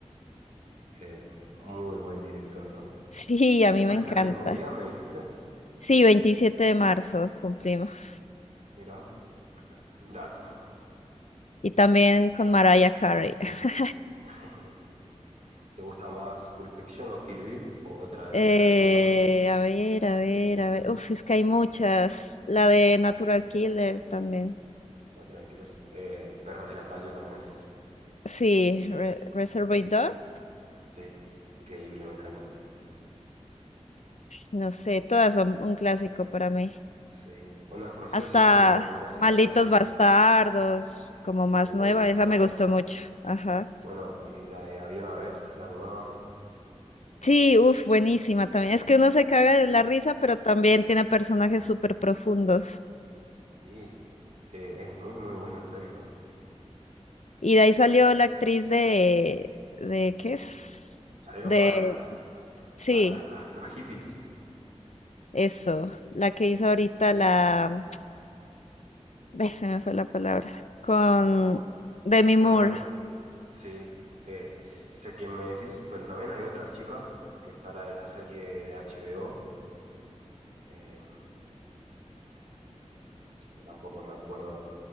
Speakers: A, on the right (about 80°); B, on the left (about 70°).
A: Eh, muy buen director, ¿no?
B: Sí, a mí
A: ¿Cumples
B: me encanta.
A: el mismo día, me dijiste?
B: Sí, 27 de marzo cumplimos.
A: Mirá, dato.
B: Y también con Mariah Carey. <laughs>
A: <laughs> ¿Te gusta más Pulp Fiction o Kill Bill? ¿O otra de
B: Eh,
A: Tarantino?
B: a ver, a ver, a ver. Uf, es que hay muchas. La de Natural Killer también.
A: La otra que Eh, Perros de la calle también es,
B: Sí, Re- Reservoir Dogs,
A: sí, increíble, me encanta.
B: no sé, todas son un clásico para mí.
A: Sí. Bueno, Scorsese
B: Hasta
A: también me parece
B: Malditos
A: gran director.
B: Bastardos, como más
A: Uh,
B: nueva,
A: esa
B: esa
A: es buena.
B: me gustó mucho. Ajá.
A: Bueno, y la de Había una vez, la nueva,
B: Sí, uff, buenísima también. Es que uno se caga de la risa, pero también tiene personajes súper profundos.
A: sí, eh, es muy, muy buena, en serio.
B: Y de ahí salió la actriz de, de, ¿qué es?
A: Salieron
B: De,
A: varias.
B: sí,
A: La- la- la- las hippies.
B: eso, la que hizo ahorita la, <tsk> ve, se me fue la palabra, con
A: Bu-
B: Demi
A: Buena,
B: Moore.
A: Sí, eh, sí, sé quién me decís, pero también hay otra chica, que está la de la serie de HBO, em, que tampoco me acuerdo